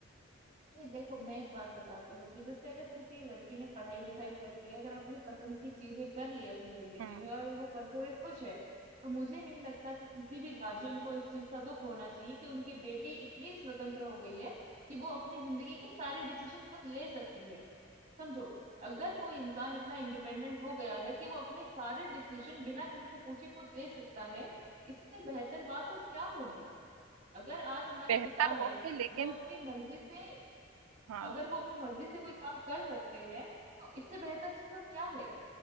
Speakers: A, on the right; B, on the right.
A: नहीं देखो मैं एक बात बताती हूँ कि जैसे अगर किसी लड़की ने पढ़ाई लिखाई करके अगर अपनी पसंद की चीजें कर ली अपनी जिंदगी
B: हम्म
A: में और अगर वो करते हुए खुश है तो मुझे नहीं लगता कि किसी भी गार्जियन को इस चीज का दुख होना चाहिए कि उनकी बेटी इतनी स्वतंत्र हो गई है कि वो अपनी जिंदगी के सारे डिसीजन खुद ले सकती है समझो अगर कोई इंसान इतना इंडिपेंडेंट हो गया है कि वो अपने सारे डिसीजन बिना किसी से पूछे खुद ले सकता है इससे बेहतर बात और क्या होगी अगर आज हमारे
B: बेहतर
A: पिता
B: हो
A: है
B: कि लेकिन
A: वो अपनी मर्जी से
B: हाँ
A: अगर वो अपनी मर्जी से कोई काम कर सकते हैं तो इससे बेहतर चीज और क्या है